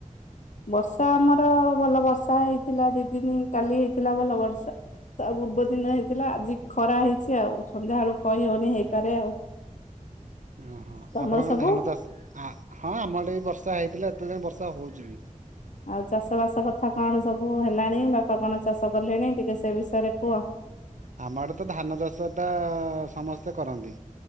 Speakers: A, on the left (about 65°); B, on the right (about 65°).
A: ବର୍ଷା ଆମର ଭଲ ବର୍ଷା ହେଇଥିଲା ଦି ଦିନି କାଲି ହେଇଥିଲା ଭଲ ବର୍ଷା। ତା ପୂର୍ବଦିନ ହେଇଥିଲା ଆଜି ଖରା ହେଇଚି ଆଉ ସନ୍ଧ୍ୟା ଅଳୁ କହି ହଉନି ହେଇପାରେ ଆଉ।
B: ଓହୋ
A: ତମର
B: ଆପଣଙ୍କର
A: ସବୁ?
B: ଧାନ ଚାଷ୍ ଆ ହଁ ଆମ ଆଡ଼େ ଏଇ ବର୍ଷା ହେଇଥିଲା। ତେଳେ ବର୍ଷା ହୋଉଚି ବି।
A: ଆଉ ଚାଷ ବାସ କଥା କଣ ସବୁ ହେଲାଣି ବାପା କଣ ଚାଷ କଲେଣି ଟିକେ ସେ ବିଷୟରେ କୁହ।
B: ଆମ ଆଡ଼େ ତ ଧାନ ଚାଷଟା ସମସ୍ତେ କରନ୍ତି।